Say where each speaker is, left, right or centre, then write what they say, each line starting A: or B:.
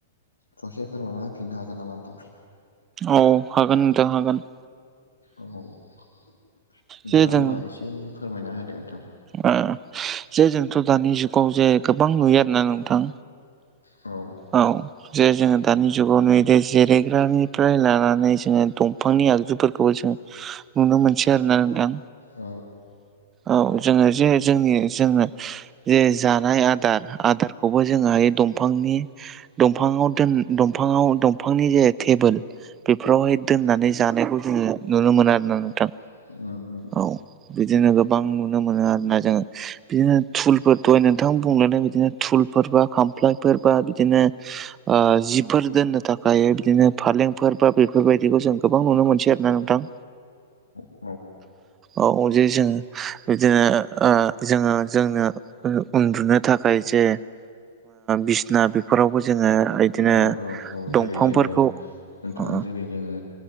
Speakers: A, on the left; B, on the right.
A: ससे फोरमानना होफिननो हागोन नामा नोंथां
B: औ हागोन नोंथां हागोन
A: औ नोंथाङा
B: जे जों
A: होमबा एसे फोरमायना होदो नोंथां
B: ओ जे जोंथ' दानि जुगाव जे गोबां नुयो आरोना नोंथां
A: <inaudible> औ
B: औ जे जोङो दानि जुगाव नुयोदि जिरायग्रानिफ्राय लानानै जोङो दंफांनि आगजुफोरखौ जों नुनो मोनसै आरोना नोंथां
A: औ
B: औ जोङो जे जोंनि जों जे जानाय आदार आदारखौबो जोङोहाय दंफां नि दंफाङाव दोन दंफाङाव दंफांनि जे टेबोल बेफोरावहाय दोननानै जानायखौ जोङो नुनो मोना आरोना नोंथां
A: ओम
B: औ बिदिनो गोबां नुनो मोनो आरोना जोङो बिदिनो थुलफोर दहाय नोंथां बुंलायनाय बिदिनो थुलफोर बा खामफ्लायफोरबा बिदिनो ओ जिफोर दोननो थाखाय बिदिनो फालेंफोर बा बेफोरबायदिखौ जों गोबां नुनो मोनसै आरो ना नोंथां
A: औ
B: औ जे जोङो बिदिनो ओ जोङो जोंनो उन्दुनो थाखाय जे बिसना बेफोरावबो जोङो इदिनो
A: औ औ औ जेरै
B: दंफांफोरखौ
A: जोङो नोंथां
B: औ
A: जेरै जोङो